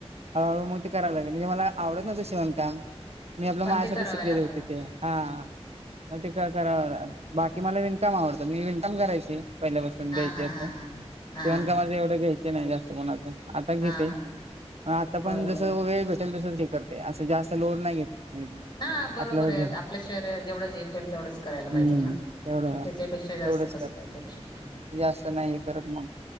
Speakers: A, on the right; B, on the left.
A: हळूहळू मग ते करायला लागले. म्हणजे मला आवडत नव्हतं शिवणकाम मी आपल्या
B: पण
A: माझ्यासाठी
B: ते करावं
A: शिकलेली
B: लागलं
A: होते ते. हा मग ते कर करा बाकी मला विणकाम आवडतं. मी विणकाम करायची पहिल्यापासून. पण
B: हा
A: द्यायची
B: हा
A: असं,
B: हा
A: शिवण
B: हा
A: कामाच
B: हा
A: एवढं घ्यायची. ते नाही जास्त कोणाच आता घेते.
B: हा हा
A: आता पण
B: बरोबर
A: जस वेळ भेट टेल तसच हे करते. असं जास्त लोड नाही घेत. मी.
B: ना बरोबर
A: आपल्याला
B: आहे.
A: जे
B: आपल्या शरीराला जेवढं झेपेल तेवढंच करायला
A: हम्म
B: पाहिजे ना,
A: तेवढं
B: त्याच्यापेक्षा जास्त
A: तेवढंच
B: कसं
A: करते
B: काय करू शक
A: जास्त नाही हे करत मग,